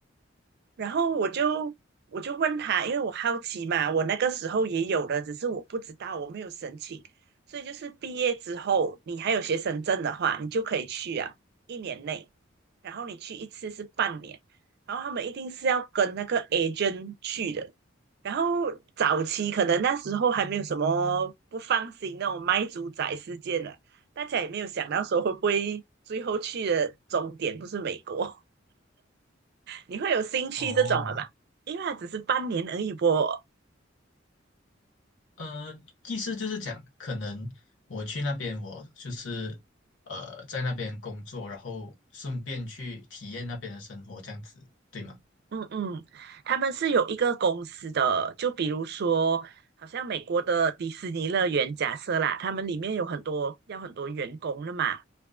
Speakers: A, on the right; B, on the left.
A: 然后我就我就问他，因为我好奇嘛，我那个时候也有的，只是我不知道，我没有申请。所以就是毕业之后，你还有学生证的话，你就可以去啊，一年内。然后你去一次是半年，然后他们一定是要跟那个 agent 去的。然后早期可能那时候还没有什么不放心那种卖猪仔事件了，大家也没有想到说会不会最后去的终点不是美国。你会有兴趣这种了吧？
B: 哦，
A: 因为它只是半年而已啵。
B: 呃，意思就是讲，可能我去那边，我就是呃，在那边工作，然后顺便去体验那边的生活，这样子，对吗？
A: 嗯嗯，他们是有一个公司的，就比如说，好像美国的迪士尼乐园，假设啦，他们里面有很多要很多员工的嘛，